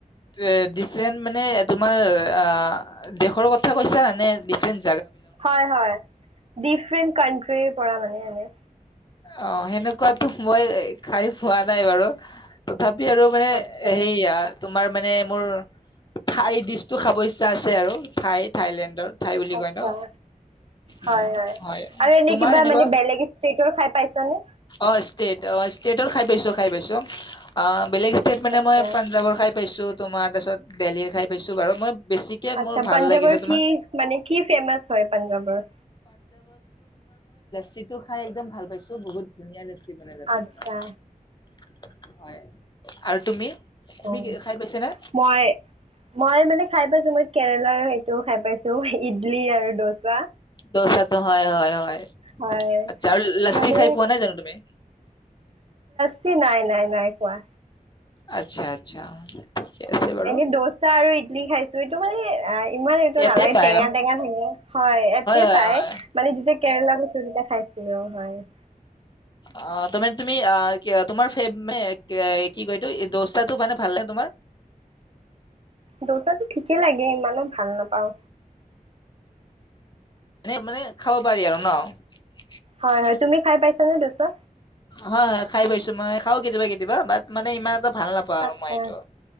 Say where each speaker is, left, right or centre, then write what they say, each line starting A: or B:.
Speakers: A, on the left (about 30°); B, on the right (about 40°).
A: এ ডিফৰেন্ট মানে তোমাৰ, আ, দেশৰ কথা কৈছা, নে ডিফৰেন্ট
B: হয় হয়। ডিফ্ৰেণ্ট কানট্ৰি কৰা মানে, এনে
A: অ', সেনেকুৱাতো মই খাই পোৱা নাই বাৰু। ভাবি আৰু মানে
B: আচ্ছা
A: সেয়া, তোমাৰ মানে মোৰ থাই দিচটো খাব <unintelligible> আছে আৰু ঠাই, থাইলেণ্ডৰ ঠাই বুলি কয়
B: আচ্ছা
A: ন?
B: হয়
A: উম হয়
B: আৰু এনে
A: তোমাৰ
B: কিবা
A: এনেকুৱা
B: মানে বেলেগ ষ্টেটৰ খাই পাইছানে
A: অ', ষ্টেট ষ্টেটৰ খাই পাইছোঁ, খাই পাইছোঁ। বেলেগ ষ্টেট মানে
B: আচ্ছা
A: মই, পাঞ্জাৱৰ খাই পাইছোঁ তোমাৰ তাছত দেলহীৰ খাই পাইছোঁ বাৰু মই বেছিকে
B: আচ্ছা
A: মোৰ ভাল
B: পাঞ্জাৱৰ
A: লাগিছে তোমাৰ
B: কি মানে কি ফেমাচ হয় পাঞ্জাৱৰ?
A: যিটো খাই একদম ভাল পাইছোঁ। তো বহুত ধুনীয়া লাগছ ন য তোমাৰ
B: আচ্ছা
A: হয় আৰু তুমি তুমি
B: অ',
A: কি খাই পাইছা না
B: মই, মই মানে খাই পাইছোঁ মই কেৰেলাৰ সেইটো খাই পাইছোঁ, ইডলি আৰু দোচা।
A: দোচাটো হয়, হয়, হয়
B: হয়
A: আটচ্চা আৰু লাচ্ছি
B: মানে
A: খাই পোৱা নাই জান তুমি?
B: স নাই নাই নাই কোৱা
A: আচ্ছা, আচ্ছা। ঠিকে আছে বাৰু
B: এনে দোচা আৰু ইডলি খাইছো এইটো মানে <unintelligible> ইমান এইটো
A: ইয়াতে
B: নালাগে
A: পাই
B: টেঙা
A: অ।
B: টেঙা <unintelligible> হয় ইয়াতেই
A: হয়
B: পাই,
A: হয়
B: মানে যেতিয়া কেৰেলা গৈছোঁ তেতিয়া খাইছোঁ। <unintelligible>
A: অ', তমে তুমি আ, <unintelligible> তোমাৰ ফেব নে আ, কি কয় এইটো দোচাটো মানে ভালনে তোমাৰ?
B: দোচাটো ঠিকে লাগে, ইমানো ভাল নাপাওঁ।
A: এ মানে খাব পাৰি আৰু ন?
B: হয় হয় তুমি খাই পাইছানে দোচা?
A: হয় খাই পাইছো মই খাওঁ কেতিয়াবা কেতিয়াবা বাট মানে ইমান ভাল নাপাওঁ আৰু
B: আচ্ছা
A: মই এইটো।